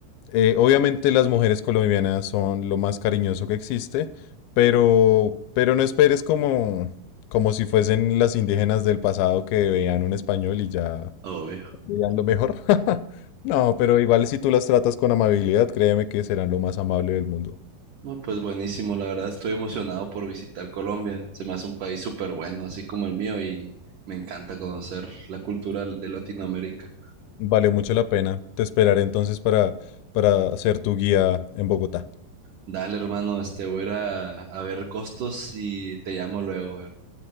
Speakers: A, on the left (about 85°); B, on the right (about 85°).
A: Eh, obviamente las mujeres colombianas son lo más cariñoso que existe, pero, pero no esperes como, como si fuesen las indígenas del pasado que veían un español y ya
B: Obvio.
A: dirían lo mejor. <laughs> No, pero igual si tú las tratas con amabilidad, créeme que serán lo más amable del mundo.
B: No, pues buenísimo, la verdad estoy emocionado por visitar Colombia. Se me hace un país súper bueno, así como el mío, y me encanta conocer la cultura de Latinoamérica.
A: Vale mucho la pena. Te esperaré entonces para, para ser tu guía en Bogotá.
B: Dale, hermano, este voy a ir a, a ver costos y te llamo luego, her-